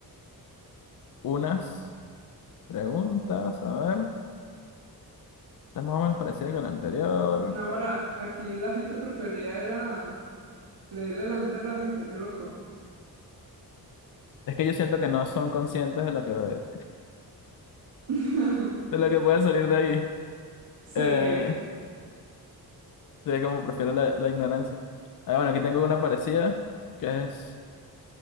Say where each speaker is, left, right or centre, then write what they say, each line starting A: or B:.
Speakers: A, on the left (about 55°); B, on the right (about 85°).
A: unas preguntas, a ver, es más o menos parecida con la anterior.
B: No, ahora aquí la gente prefería era leerle la mente a la gente, qué loco.
A: Es que yo siento que no son conscientes de lo que, de
B: <laughs>
A: lo que puede salir de ahí.
B: Sí,
A: Eh, sí, como prefiero la, la ignorancia. Ah, bueno, aquí tengo una parecida, que es